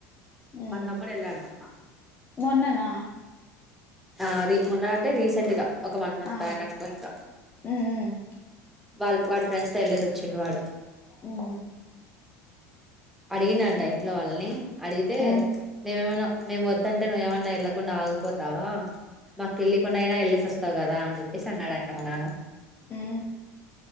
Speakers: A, on the left; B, in the centre.
A: ఉమ్
B: మా తమ్ముడు వెళ్ళాడు మొన్న
A: మొన్ననా
B: ఆ రే మొన్న అంటే రీసెంట్ గా ఒక వన్ మంత్
A: ఆ
B: బ్యాక్ అనుకో ఇంకా
A: ఉమ్ ఉమ్
B: వాళ్ళ వాడి ఫ్రెండ్స్ తో వెళ్ళేసి వచ్చిండు వాడు
A: ఉమ్
B: అడిగిన అంట ఇంట్లో వాళ్ళని అడిగితే
A: ఉమ్
B: నేమేమన్నా మేము వద్దంటే నువ్వు ఏమన్నా వెళ్లకుండా ఆగిపోతావా మాకు తెలియకుండా అయినా వెళ్ళేసి వస్తావు కదా అని చెప్పి స అన్నాడంటా మా నాన్న
A: ఉమ్